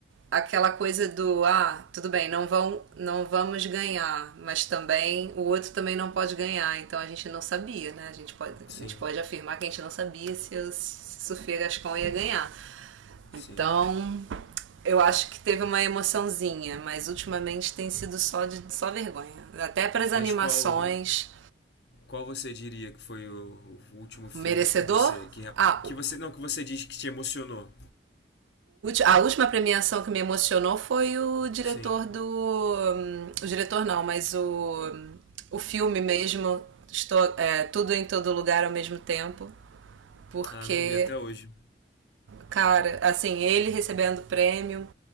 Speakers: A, on the right; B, on the left.
A: aquela coisa do ah, tudo bem, não vão não vamos ganhar, mas também o outro também não pode ganhar, então a gente não sabia, né? A gente pode,
B: Sim,
A: a gente pode afirmar que a gente não sabia se o Sofia Gascon ia ganhar.
B: sim.
A: Então, eu acho que teve uma emoçãozinha, mas ultimamente tem sido só de só vergonha. Até para as animações,
B: Mas qual Qual você diria que foi o, o último filme
A: Merecedor?
B: que você que,
A: Ah,
B: que
A: o,
B: você não que você diz que te emocionou?
A: a última premiação que me emocionou foi o diretor
B: Sim.
A: do. hum, O diretor não, mas o, o filme mesmo, estou, é, Tudo em Todo Lugar ao mesmo tempo, porque
B: Ah, não vi até hoje.
A: Cara, assim, ele recebendo prêmio.